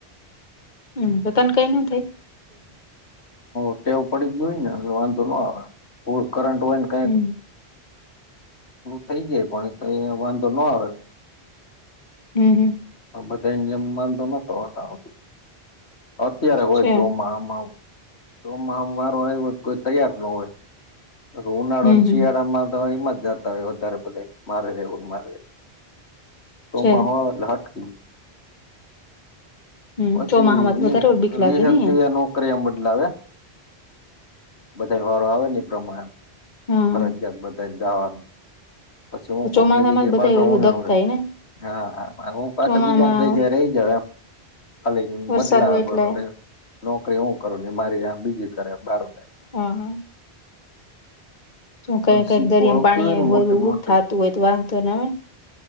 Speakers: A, on the left; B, on the left.
A: હમ્મ, પોતાને કઈ ન થઈ?
B: ટેવ પડી ગય હોય ને એટ વાંધો ના આવે પૂ કરંટ હોય ક
A: હમ
B: થઈ જાય પણ તો એ વાંધો ના આવે.
A: હમ્મ હમ્મ.
B: પણ બધા જેમ બાંધો નતો આવતી, અત્યારે હોય
A: છે
B: ચોમાસામાં તો મામ વારો હોય હો કોઈ તૈયાર નો હોય. ઉનાળો
A: હમ
B: અને
A: હમ
B: શિયાળામાં તો એમાં જત વધારે બધે મારે દે મારે સોમમાં
A: છે
B: હો એટલે હાક <inaudible>
A: હમ
B: પછી
A: ચોમાહામાં તો વધારે બીક લાગે
B: વીરક
A: ને
B: દી એનો. કિયામ બદલાવે બધા વારો આવે ની પ્રમાણે.
A: હા
B: ફરજિયાત બધા જવાની, પછી હું
A: ચોમાસામાં
B: કોકની જે
A: જ બધા
B: પાછો
A: ઓલું
B: હું નનેવ
A: દગ
B: રે
A: થાય ને
B: હા હા હું પાસે
A: ચોમામાં
B: બીજાને જ રહી જાવ એમ. ખાલી
A: વરસાદ
B: બદલા
A: હોય એટલે
B: બદે નોકરી હું કરું ને મારી આ બીજી કરે બારું બેાઈ.
A: હા. શું કઈ કઈક
B: સીપો
A: દરિયામાં
B: આવતી
A: પાણી
B: હોય ને
A: બધું
B: મોટી મોટી.
A: થતું હોય તો વાંધો ના આવે